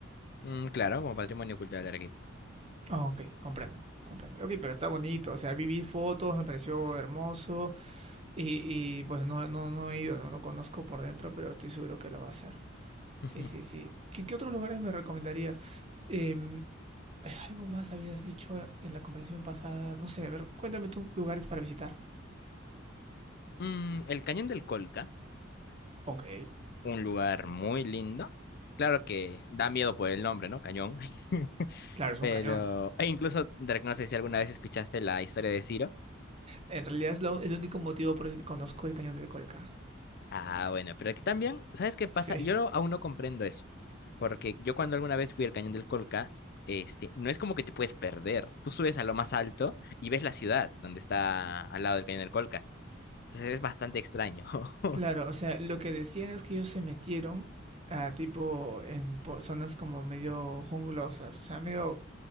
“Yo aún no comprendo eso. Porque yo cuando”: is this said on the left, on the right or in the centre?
Left